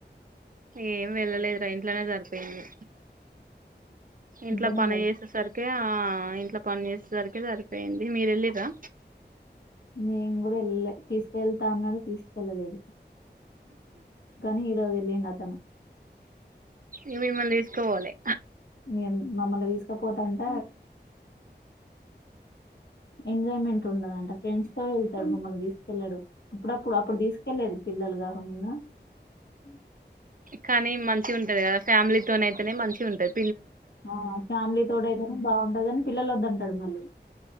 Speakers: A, on the right; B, on the left.
A: ఏం వెళ్ళలేదురా ఇంట్లనే సరిపోయింది ఇంట్లో
B: ఇంకనే
A: పని
B: లేదు.
A: చేేసేసరి కే ఆ ఇంట్ల పని చేసేసరికి సరిపోయింది మీరెల్లిర్రా
B: మేము కూడా వెళ్ళలే తీసుకెళ్తా అన్నరు తీసుకెళ్ళలేదు కానీ ఇరోజెల్లిండతను
A: ఇగ మిమ్ముల్ని తీసుకవోలె
B: నేను మమ్మల్ని తీసుకపోతంట ఎంజాయ్మెంట్ ఉండదంట ఫ్రెండ్స్ తో వెళ్తడు మమ్మల్ని తీసుకెళ్ళడు అప్పుడప్పుడు అప్పుడు తీసుకెళ్లేది పిల్ల పెళ్లిగాక ముందు ఉ
A: కానీ మంచిగుంటది కదా ఫ్యామిలీ తోనైతెనే మంచిగుంటది
B: ఆ ఫ్యామిలీ తోటయితేనే బాగుంటదనికని పిల్లలొద్దంటడు మళ్ళీ